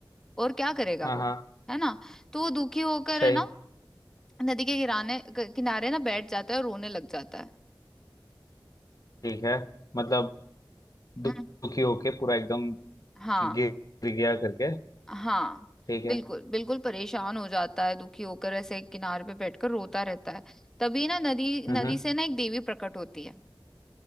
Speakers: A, in the centre; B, on the left (about 45°).
A: और क्या करेगा
B: हाँ
A: वो
B: हाँ
A: है ना तो वो दुखी होकर
B: सही
A: है ना नदी के किराने क- किनारे ना बैठ जाता है और रोने लग जाता है
B: ठीक है मतलब दु-
A: हम्म,
B: दुखी होके पूरा एकदम
A: हाँ
B: कि गिर गिर गया करके
A: हाँ
B: ठीक है
A: बिल्कुल बिल्कुल परेशान हो जाता है दुखी होकर ऐसे एक किनारे पे बैठकर रोता रहता है तभी ना नदी
B: हम्म
A: नदी से ना एक देवी प्रकट होती है